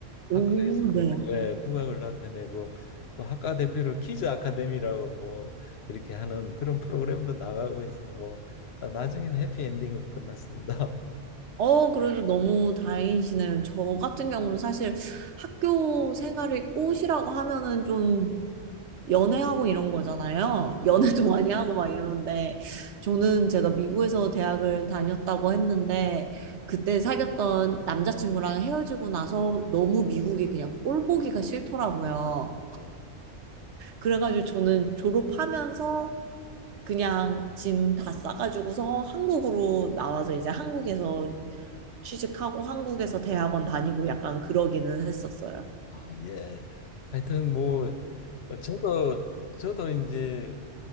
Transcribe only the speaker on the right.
오, 네.
어, 그래도 너무 다행이시네요. 저 같은 경우는 사실 학교 생활이 꽃이라고 하면은 좀 연애하고 이런 거잖아요. 연애도 <laughs> 많이 하고 막 이러는데 저는 제가 미국에서 대학을 다녔다고 했는데 그때 사귀었던 남자친구랑 헤어지고 나서 너무 미국이 그냥 꼴 보기가 싫더라고요.
그래가지고 저는 졸업하면서 그냥 짐 다 싸가지고서 한국으로 나와서 이제 한국에서 취직하고 한국에서 대학원 다니고 약간 그러기는 했었어요.